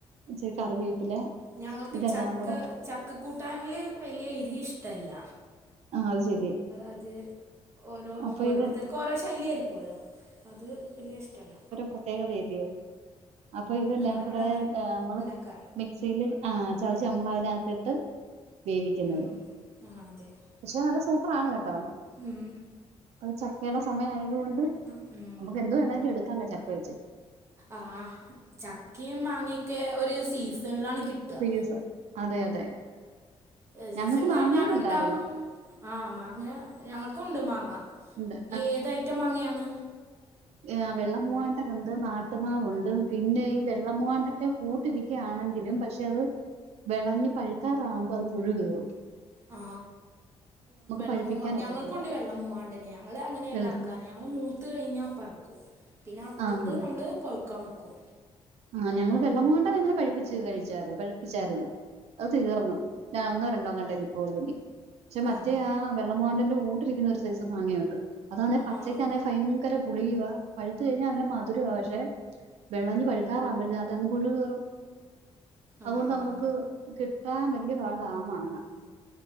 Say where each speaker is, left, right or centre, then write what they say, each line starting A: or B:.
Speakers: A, on the right; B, on the right.
A: ചെ കറിവേപ്പില
B: ഞങ്ങൾക്ക്
A: ഇതെല്ലാം
B: ചക്കചക്കകൂട്ടാനില്
A: കൂടെ
B: വലിയ എരി ഇഷ്ടല്ല
A: ആ അത് ശരി
B: അത് ഓരോ
A: അപ്പൊ
B: ഓരോരുത്തർക്കും
A: ഇത്
B: ഓരോ ശൈലി ആായിരിക്കുവല്ലോ അ അത് വലിയ ഇഷ്ടല്ലോ
A: പ്രത്യേകതയല്ല അപ്പൊ ഇതെല്ലാം
B: ഞങ്ങളവിടെ
A: കൂടെ
B: അങ്ങനെ
A: നമ്മള്
B: ഉണ്ടാക്കാറ്
A: മിക്സിൽ ആഹ് ചാച്ച നമ്മള അതിനകത്തിട്ട് വേവിക്കുന്നത്
B: ഉം ആഹ് അതെ
A: പക്ഷെ നല്ല സൂത്രാണ് കേട്ടോ
B: ഉം
A: അപ്പ ചക്കയുടെ സമയംയതുകൊണ്ട്
B: ഉം
A: എന്തു വേണങ്കി എടുക്കാമേ ചക്കച്ച്
B: ആഹ് ചക്കയും മാങ്ങിയൊക്കെ ഒരു സീസണിലാണ് കിട്ടുക
A: സീസൺ അതെ അതെ
B: ഏ സീസൺ
A: ഞങ്ങൾക്ക്
B: കഴിഞ്ഞാലും
A: മാങ്ങയും ഉണ്ടായിരുന്നു
B: ഉണ്ടാവും ആഹ് മാങ്ങ ഞങ്ങൾക്കുണ്ട് മാങ്ങ
A: ഉണ്ട്
B: ഏത് ഐറ്റം മാങ്ങയാണ്
A: ആ വെള്ള മൂവാണ്ടൻ ഉണ്ട് നാട്ടുമാവുണ്ട് പിന്നെ ഈ വെള്ളമൂവാണ്ടൻ്റെ കൂ ട്ട് രിക്കയാണെങ്കിലും പക്ഷെ അത് വിളഞ്ഞ് പഴുക്കാറാവുമ്പോ അത് പുഴു കയറും
B: ആ വെള്ള
A: പഴിപ്പിക്കാൻ
B: മൂ മാ
A: ഒക്കത്തില്ല
B: ഞങ്ങൾക്കുണ്ട് വെള്ള മൂവാണ്ടന് ഞങ്ങള് അങ്ങനെ
A: വെള്ള
B: എല്ലാവർക്കും കാരണം ഞങ്ങൾ മൂത്ത് കഴിഞ്ഞാൽ അപ്പറക്കും പിന്നെ അറുത്തിട്ട്
A: ആഹ്
B: നമ്മള് പഴുക്കാൻ വയ്ക്കും
A: ആഹ് ഞങ്ങള് വെള്ള മൂവാണ്ടൻ അങ്ങനെ പഴുപ്പിച്ച് കഴിച്ചായിരുന്നു പഴിപ്പിച്ചായിരുന്നു. അത് തീർന്നു ഞാൻ ഒന്നോ രണ്ടോ ങ്ങാണ്ടേ നിപ്പോളിനി പക്ഷെ മറ്റേ
B: ആഹ്
A: ആ വെള്ളമൂവാണ്ടന്റെ കൂട്ടിലിരിക്കുന്ന ഒരു സൈസ് മാങ്ങയുണ്ട് അതാണേ പച്ചക്കാണേ
B: ആഹ്
A: ഭയങ്കര പുളിയുവാ പഴുത്തു കഴിഞ്ഞാ നല്ല മധുരവുവാ പക്ഷെ വെളഞ്ഞ് പഴുക്കാറാകുമ്പത്തേനും അതങ്ങ് പുഴു കേറും അതുകൊണ്ട്
B: ആഹ്
A: നമ്മുക്ക് കിട്ടാൻ വലിയ പാടാ ആ മാങ്ങ
B: ആ